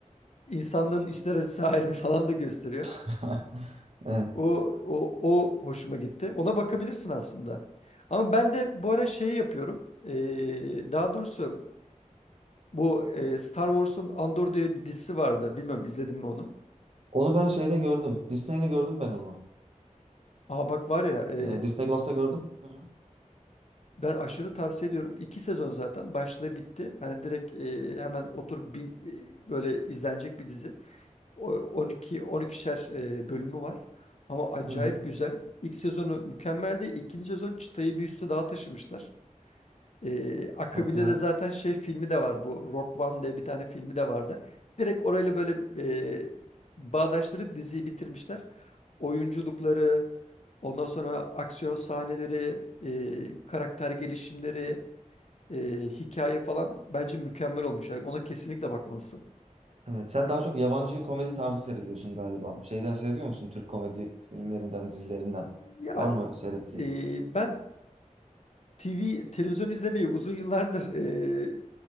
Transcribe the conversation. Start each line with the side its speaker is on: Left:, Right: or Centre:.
Left: insanlığın içler acısı halini falan da gösteriyor.
Right: <laughs> Evet.
Left: O, o, o hoşuma gitti. Ona bakabilirsin aslında. Ama ben de bu ara şey yapıyorum. Ee, daha doğrusu bu e, Star Wars'un Andor diye bir dizisi vardı. Bilmiyorum izledim mi onu?
Right: Onu ben şeyde gördüm. Disney'de gördüm ben onu.
Left: Aa bak var ya e,
Right: Ee, Disney Plus'ta gördüm. Hı hı.
Left: ben aşırı tavsiye ediyorum. İki sezon zaten başladı bitti. Hani direkt e, hemen oturup bin, e, böyle izlenecek bir dizi. O- 12 12'şer e, bölümü var. Ama acayip
Right: Hı hı.
Left: güzel. İlk sezonu mükemmeldi. İkinci sezon çıtayı bir üstü daha taşımışlar. Ee, akabinde
Right: Çok güzel.
Left: de zaten şey filmi de var bu Rock One diye bir tane filmi de vardı. Direkt orayla böyle e, bağdaştırıp diziyi bitirmişler. Oyunculukları, ondan sonra aksiyon sahneleri, e, karakter gelişimleri, e, hikaye falan bence mükemmel olmuş. Yani ona kesinlikle bakmalısın.
Right: Evet. Sen daha çok yabancı komedi tarzı seyrediyorsun galiba. Şeyden seviyor musun? Türk komedi filmlerinden, dizilerinden.
Left: Ya
Right: Var mı seyrettiğin?
Left: e, ben TV televizyon izlemeyi uzun yıllardır e,